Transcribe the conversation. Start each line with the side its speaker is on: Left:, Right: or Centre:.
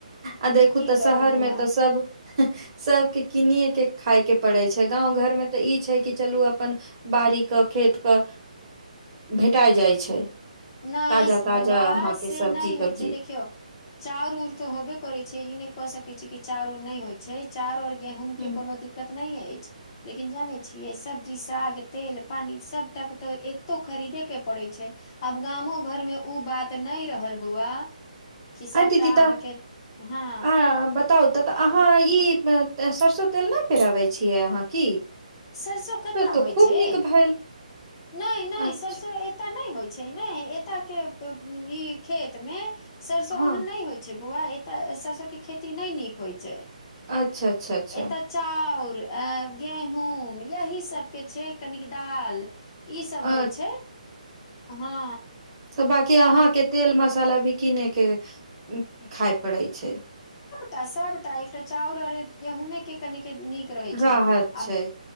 Right: आ देखू
Left: की
Right: तऽ
Left: करू
Right: शहरमे
Left: बौआ
Right: तऽ सब सभके किनिएके खायके पड़ै छै गाँव घरमे तऽ ई छै कि चलू अपन बाड़ी क खेत क भेटाय जाइ छै
Left: नहिस्
Right: ताजा ताजा
Left: बौआ
Right: अहाँके
Left: से
Right: सब्जी
Left: नहि होय
Right: तब्जी
Left: से देखियौ चाउर ऊर तऽ होबे करै छै ई नहि कह सकैत छी कि चाउर ऊर नहि होइत छै चाउर और गेहूँ
Right: हम्म।
Left: के कोनो दिक्कत नहि अछि लेकिन जानै छियै सब्जी साग तेल पानि सबटा के तऽ एतो खरीदेके पड़ैत छै आब गामो घर मे उ बात नहि रहल बौआ कि सभटा
Right: आ दीदी तऽ
Left: अहाँके हँ
Right: आ बताउ ततऽ अहाँ ई सरिसो तेल नहि पिराबै छियै अहाँ की
Left: सरसो कतअ
Right: तऽ
Left: होइ
Right: खूब
Left: छै
Right: नीक भेल
Left: नहि नहि
Right: अच्छा
Left: सरसो ए त नहि होइ छै ने एत के ई खेत मे सरसो
Right: हँ
Left: ओहन नहि होइ छै बौआ एतऽ सरसो के खेती नहि नीक होइ छै
Right: अच्छा अच्छा अच्छा
Left: एतय चाउर अ गेहूँम यही सबके छै कनिक दाल ई सब
Right: अच्छा
Left: होइ छै हँ
Right: तऽ बाँकी
Left: ओहन
Right: अहाँके तेल मसाला भी किने के खाय पड़ै छै
Left: टा सभटा एकटा चाउर और गेहुँमे के कनिक नीक रहैत
Right: राहत
Left: छै आ
Right: छै